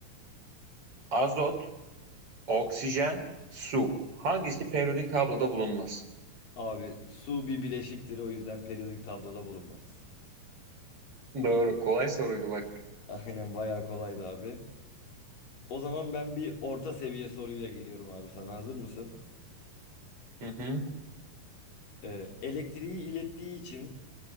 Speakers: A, on the right; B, on the left.
A: Azot, oksijen, su. Hangisi periyodik tabloda bulunmaz?
B: Abi su bir bileşiktir o yüzden periyodik tabloda bulunmaz.
A: Doğru. Kolay soruydu bak.
B: <laughs> Aynen bayağı kolaydı abi. O zaman ben bir orta seviye soruyla geliyorum abi sana. Hazır mısın?
A: Hı hı.
B: Ee, elektriği ilettiği için